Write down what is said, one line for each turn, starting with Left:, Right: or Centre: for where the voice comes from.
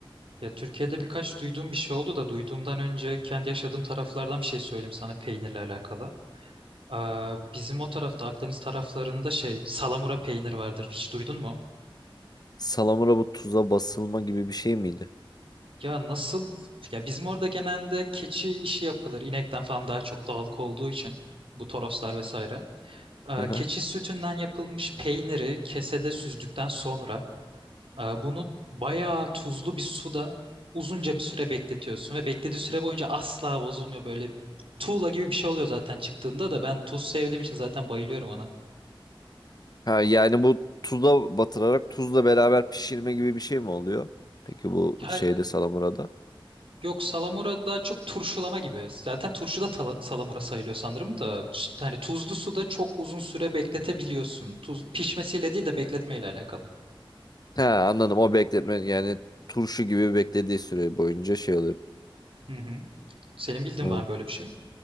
Right: Ya Türkiye'de birkaç duyduğum bir şey oldu da duyduğumdan önce kendi yaşadığım taraflardan bir şey söyleyeyim sana peynirle alakalı. Aa, bizim o tarafta Akdeniz taraflarında şey salamura peynir vardır. Hiç duydun mu?
Left: salamura bu tuza basılma gibi bir şey miydi?
Right: Ya nasıl? Ya bizim orada genelde keçi işi yapılır. İnekten falan daha çok dağlık olduğu için bu toroslar vesaire. Aa,
Left: Hı hı.
Right: keçi sütünden yapılmış peyniri kesede süzdükten sonra Ee, Bunu bayağı tuzlu bir suda uzunca bir süre bekletiyorsun ve beklediği süre boyunca asla bozulmuyor böyle tuğla gibi bir şey oluyor zaten çıktığında da ben tuz sevdiğim için zaten bayılıyorum ona.
Left: Ha, yani bu tuza batırarak tuzla beraber pişirme gibi bir şey mi oluyor? Peki bu
Right: Ya
Left: şeyde salamurada.
Right: yok salamura daha çok turşulama gibi. Zaten turşu da tala- salamura sayılıyor sanırım da işte hani tuzlu suda çok uzun süre bekletebiliyorsun. Tuz pişmesiyle değil de bekletmeyle alakalı.
Left: He anladım o bekletme yani turşu gibi beklediği süre boyunca şey
Right: Hı hı. Senin bildiğin
Left: oluyor.
Right: var mı böyle bir şey?